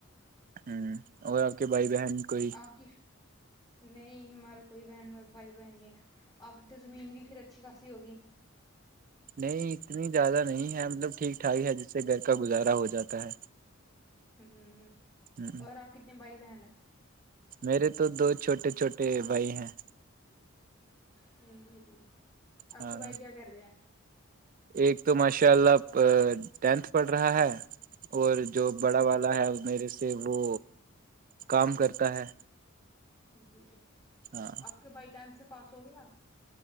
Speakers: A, on the right; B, on the left.
A: ہوں اور آپ کے بھائی بہن کوئی
B: ک نہیں ہمارا کوئی بہن بھائی بہن ہے آپ کی تو زمین بھی پھر اچھی خاصی ہوگی
A: نہیں اتنی زیادہ نہیں ہے مطلب ٹھیک ٹھاک ہے جس سے گھر کا گزارا ہو جاتا ہے
B: ہ ہ
A: ہ
B: اور آپ کتنے بھائی بہن ہیں <unintelligible>
A: میرے تو دو چھوٹے چھوٹے بھائی ہیں
B: ج جی جی <unintelligible>
A: ہاں
B: کے بھائی کیا کر رہے ہیں
A: ایک تو ماشاء اللہ ٹینتھ پڑھ رہا ہے اور جو
B: اچھا
A: بڑا والا ہے میرے سے وہ کام کرتا ہے
B: جی
A: ہاں
B: آپ کے بھائی ٹائم سے پاس ہو گیا